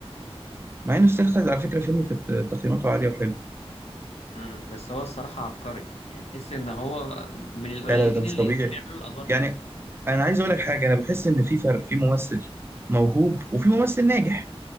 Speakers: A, on the right; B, on the left.
A: مع إنه استخدم على فكرة فيلم كانت آه، تقييماته عالية وحلوة
B: مم. بس هو الصراحة عبقري يعني تحس ان هو من القليلين
A: لا لا ده مش
B: اللي
A: طبيعي
B: يقدروا يعملوا الادوار
A: يعني
B: دي
A: انا عايز اقول لك حاجه انا بحس ان في فرق في ممثل موهوب وفي ممثل ناجح